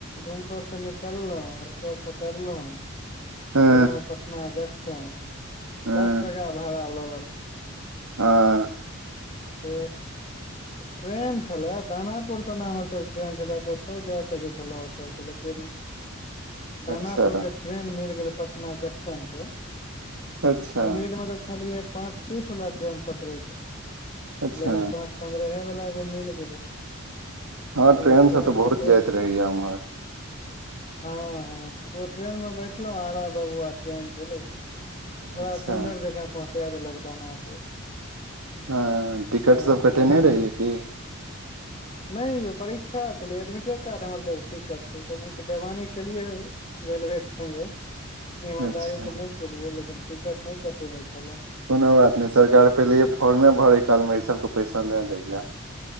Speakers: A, on the left; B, on the right.
A: रूम परसँ निकललहुँ ऑटो पकड़लहुँ
B: हँ
A: गेलहुँ पटना जंक्शन
B: हँ
A: दस टका भाड़ा लऽ लेलक
B: हँ
A: फेर ट्रेन छले दानापुर स ने हमरा सब ट्रेन छले तऽ ओतहु जाय सकै छलह ऑटो से दानापुरके
B: अच्छा
A: ट्रेन मिल गेलै पटना जंक्शनसँ
B: अच्छा
A: उम्मीद मे तऽ छलियै पाँच तीस वालला ट्रेन पकडै के
B: अच्छा
A: लेकिन पाँच पन्द्रहे वला एगो मिल गेलै
B: हँ ट्रेनसँ
A: ओ ट्रेन
B: तऽ बहुत
A: पकड़
B: जाइत रहैए एम्हर
A: हँ हँ ओ ट्रेन मे बैठलौं आरा भबुआ ट्रेन छलै बड़ा
B: अच्छा
A: सुंन्दर जकाँ पहुँचा देलक दानापुर
B: हँ टिकट
A: सर
B: सब
A: हँ
B: कटेने रहियै की
A: <inaudible> नहि यौ परीक्षा छलै एडमिटे कार्ड हमर सब टिकट छै कनि तऽ बेैमानी केलियै रेलवे के सङ्गे ईमानदारी
B: अच्छा
A: तऽ नहि केलियै लेकिन टिकट नहि कटेने छलहुँ
B: कोनो बात नहि सरकार पहिलैये फॉर्मे भरै कालमे एहि सबके पैसा लए लैये